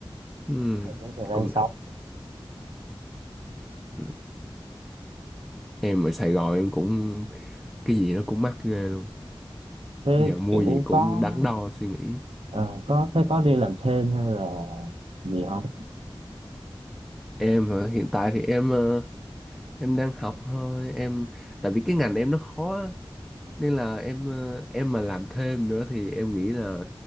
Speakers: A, in the centre; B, on the right.
A: Ừm,
B: bây giờ nó về đây
A: công
B: sống
A: nhận. Ừm. Em ở Sài Gòn em cũng cái gì nó cũng mắc ghê luôn.
B: thế
A: Giờ mua
B: kiểu
A: gì cũng
B: có
A: đắn đo suy nghĩ.
B: ờ, có thế có đi làm thêm hay là gì không
A: Em hả? Hiện tại thì em ờ, em đang học thôi. Em tại vì cái ngành em nó khó á. nên là em ờ, em mà làm thêm nữa thì em nghĩ là